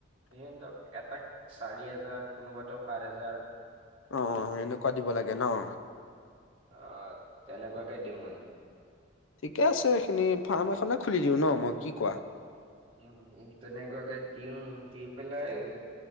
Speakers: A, on the right; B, on the left.
A: সিহঁতক এটাক চাৰি হাজাৰ, কোনোবাতো সাত হাজাৰ।
B: অ, অ সেনেকুৱা দিব লাগে নহ।
A: অ তেনেকুৱাকে দিও মানে।
B: ঠিকে আছে সেইখিনি ফাৰ্ম এখনে খুলি দিওঁ নহ মই কি কোৱ
A: উম তেনেকুৱাকে দিওঁ দি পেলাই।